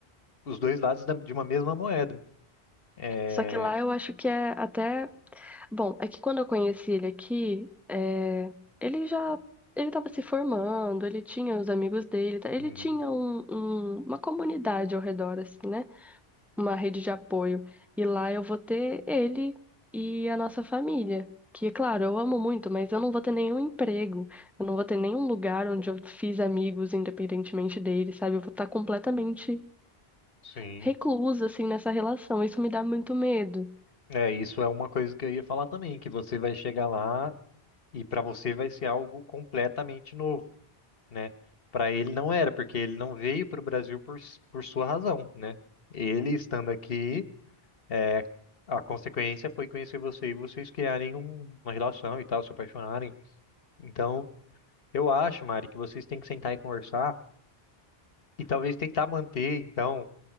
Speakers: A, on the left; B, in the centre.
A: os dois lados da- de uma mesma moeda. É,
B: Só que lá eu acho que é até. Bom, é que quando eu conheci ele aqui, é, ele já. Ele estava se formando, ele tinha os amigos dele, tá? ele
A: uhum,
B: tinha um- um- uma comunidade ao redor, assim, né? uma rede de apoio. E lá eu vou ter ele e a nossa família. Que, claro, eu amo muito, mas eu não vou ter nenhum emprego, eu não vou ter nenhum lugar onde eu fiz amigos, independentemente dele, sabe? Eu vou estar completamente
A: sim.
B: reclusa, assim, nessa relação. Isso me dá muito medo.
A: É, isso é uma coisa que eu ia falar também, que você vai chegar lá E para você vai ser algo completamente novo, né? Para ele não era, porque ele não veio para o Brasil por, s- por sua razão, né? Ele estando aqui, é, a consequência foi conhecer você e vocês criarem um- uma relação e tal, se apaixonarem. Então, eu acho, Mari, que vocês têm que sentar e conversar e talvez tentar manter, então,